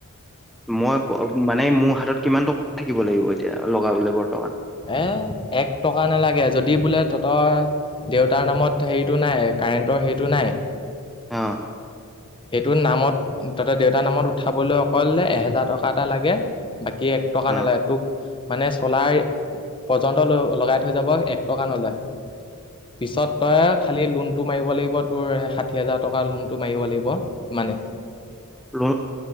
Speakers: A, in the centre; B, on the left.
A: মই মানে মোৰ হাতত কিমান টকা থাকিব লাগিব এতিয়া লগাবলৈ বৰ্তমান
B: এ- এক টকা নালাগে যদি বোলে তহতৰ দেউতাৰ নামত হেৰিটো নাই এক কাৰেণ্টৰ সেইটো নাই।
A: আহ,
B: সেইটো নামত তহতে দেউতাৰ নামত উঠাবলৈ অক এহেজাৰ টকা এটা লাগে। বাকী এক টকা
A: অ
B: নালাগে তোক মানে চলাই পৰ্যন্ত লগাই থৈ যাব এক টকা নলয়। পিছত তই খালি লোন টো মাৰিব লাগিব তোৰ ষাঠি হাজাৰ টকা লোন টো মাৰিব লাগিব। সিমানে
A: লোন